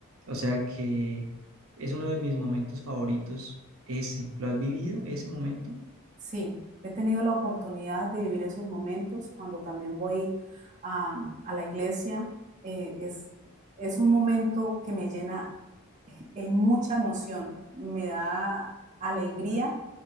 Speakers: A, on the right; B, on the right.
A: O sea que es uno de mis momentos favoritos, ese. ¿Lo has vivido, ese momento?
B: Sí, he tenido la oportunidad de vivir esos momentos cuando también voy a, a la iglesia. Eh, es, es un momento que me llena es mucha emoción, me da alegría